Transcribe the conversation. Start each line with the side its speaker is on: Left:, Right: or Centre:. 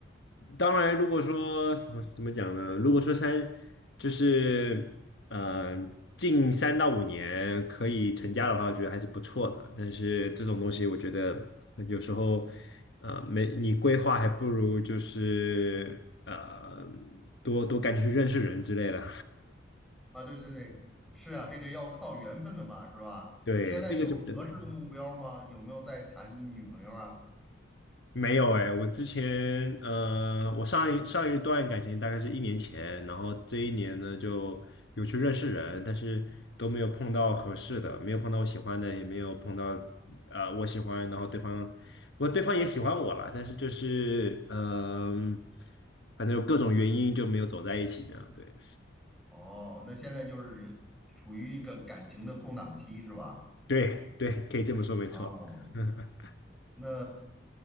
Left: 当然，如果说怎么怎么讲呢？如果说三就是呃近三到五年可以成家的话，我觉得还是不错的。但是这种东西，我觉得有时候呃没你规划，还不如就是呃多多赶紧去认识人之类的。
Centre: 啊？对对对，是啊，这个要靠缘分的嘛，是吧？
Left: <laughs> 对，
Centre: 现在有合适的目标吗？
Left: 这个就比较难。
Centre: 有没有在谈一女朋友啊？
Left: 没有哎、我之前呃，我上一上一段感情大概是一年前，然后这一年呢就有去认识人，但是都没有碰到合适的，没有碰到我喜欢的，也没有碰到呃我喜欢，然后对方不过对方也喜欢我了，但是就是嗯、反正有各种原因就没有走在一起，这样对
Centre: 哦，那现在就是处于一个感情的空档期，是吧？
Left: 对对，可以这么说，没错，
Centre: 哦。
Left: <laughs> 嗯
Centre: 那